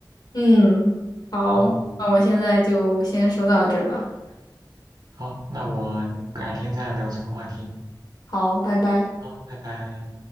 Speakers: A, on the left; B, on the right.
A: 嗯，好，
B: 嗯。
A: 那我现在就先说到这吧。
B: 好，那我改天再聊这个话题。
A: 好，拜拜。
B: 好，拜拜。